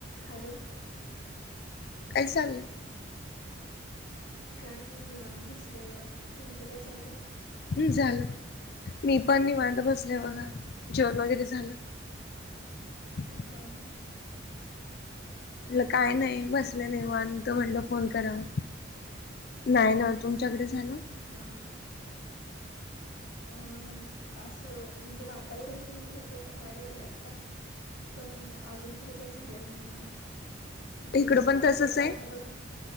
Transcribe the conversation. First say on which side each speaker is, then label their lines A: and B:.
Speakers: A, on the left (about 85°); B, on the left (about 50°).
A: हॅलो
B: काय चागलं
A: काय नाही निेवत बसलेय बघा तुमचं काय चाललंय
B: झालं मी पण नि वाांता बसले बघा जवण वगैरे झालं हम
A: हा हां
B: म्ह काय नाही बसलं नाही मत म्हटलं फोन कराव नाही ना तुमच्याकडे झालं
A: हां हां अं असं म्हणजे वातावरण तरी होत व्हायला गेले आता
B: ह
A: पण अजून तरी काही झालेलं नाहीये तेच
B: इकडं पण
A: पावसाचं
B: तसच
A: वातावरण
B: आहे.